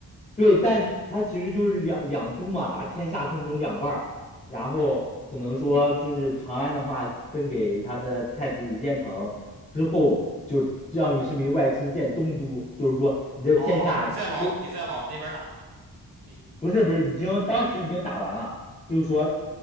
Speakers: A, on the left (about 20°); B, on the right (about 70°).
A: 对，但他其实就是两两都嘛，把天下分成两半儿，然后可能说就是长安的话分给他的太子李建成，之后就是让李世民外出建东都，就是说你这天下都
B: 哦，你再往你再往那边打，你
A: 不是不是已经当时已经打完了，就是说